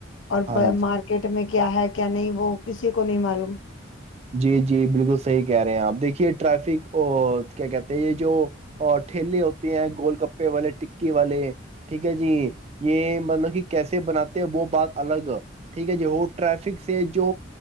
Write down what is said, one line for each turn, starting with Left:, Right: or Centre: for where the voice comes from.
Left: اور
Right: ہاں جی
Left: مارکیٹ میں کیا ہے کیا نہیں وہ کسی کو نہیں معلوم
Right: جی جی بالکل صحیح کہہ رہے ہیں آپ دیکھیے ٹریفک کیا کہتے یہ جو ٹھیلے ہوتے ہیں گول کپے والے ٹکے والے ٹھیک ہے جی یہ مطلب کہ کیسے بناتے ہیں وہ بات الگ ٹھیک ہے جی وہ ٹریفک سے جو